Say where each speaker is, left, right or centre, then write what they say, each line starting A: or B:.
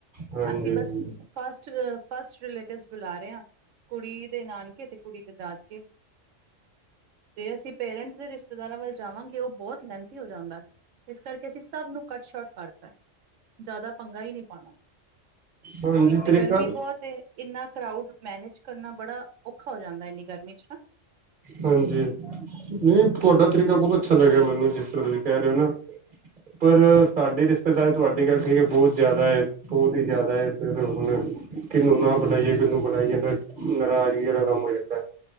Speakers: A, on the right; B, on the right.
A: ਹਾਂਜੀ
B: ਅਸੀਂ ਬਸ
A: ਹਾਂਜੀ
B: ਫਸਟ ਫਸਟ ਰਿਲੇਟਿਵਸ ਬੁਲਾ ਰਹੇ ਹ ਕੁੜੀ ਦੇ ਨਾਨਕੇ ਤੇ ਕੁੜੀ ਦੇ ਦਾਦਕੇ ਤੇ ਅਸੀਂ ਪੇਰੈਂਟਸ ਦੇ ਰਿਸ਼ਤੇਦਾਰਾਂ ਵੱਲ ਜਾਵਾਂਗੇ ਉਹ ਬਹੁਤ ਹੀ ਲਹਨਤੀ ਹੋ ਜਾਂਦਾ ਇਸ ਕਰਕੇ ਕਿ ਅਸੀਂ ਸਭ ਨੂੰ ਕੱਟ ਸ਼ੋਟ ਕਰਤਾ ਜ਼ਿਆਦਾ ਪੰਗਾ ਹੀ ਨਹੀਂ ਪਾਉਣਾ
A: ਹਾਂਜੀ
B: ਇੱਕ ਤਾਂ
A: ਤਰੀਕਾ
B: ਗਰਮੀ ਬਹੁਤ ਇੰਨਾ ਕਰਾਊਡ ਮੈਨੇਜ ਕਰਨਾ ਬੜਾ ਔਖਾ ਹੋ ਜਾਂਦਾ ਇਨੀ ਗਰਮੀ ਚ ਹਨ
A: ਹਾਂਜੀ ਨਹੀਂ ਤੁਹਾਡਾ ਤਰੀਕਾ ਬਹੁਤ ਅੱਛਾ ਲੱਗਿਆ ਮੈਨੂੰ ਜਿਸ ਤਰ੍ਹਾਂ ਤੁਸੀਂ ਕਹਿ ਰਹੇ ਹੋ ਨਾ ਪਰ ਸਾਡੇ ਰਿਸ਼ਤੇਦਾਰੀ ਤੁਹਾਡੀ ਗੱਲ ਠੀਕ ਹੈ ਬਹੁਤ ਜ਼ਿਆਦਾ ਹੈ ਬਹੁਤ ਹੀ ਜ਼ਿਆਦਾ ਹੈ ਫ ਹੁਣ ਕਿਹਨੂੰ ਨਾ ਬਣਾਈਏ ਕਿਨੂੰ ਬਣਾਈਏ ਫ ਨਾਰਾਜ਼ਗੀ ਵਾਲਾ ਕੰਮ ਹੋ ਜਾਂਦਾ